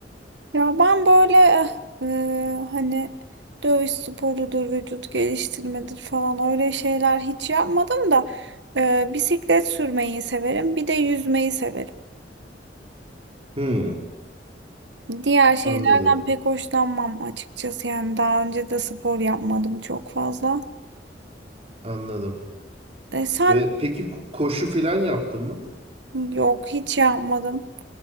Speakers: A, on the right; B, on the right.
A: Ya ben böyle eh, e, hani dövüş sporudur, vücut geliştirmedir falan öyle şeyler hiç yapmadım da e, bisiklet sürmeyi severim, bir de yüzmeyi severim.
B: Hmm,
A: Diğer şeylerden
B: anladım,
A: pek hoşlanmam açıkçası yani daha önce de spor yapmadım çok fazla.
B: anladım.
A: E, sen
B: Ve peki ko- koşu falan yaptın mı?
A: yok hiç yapmadım.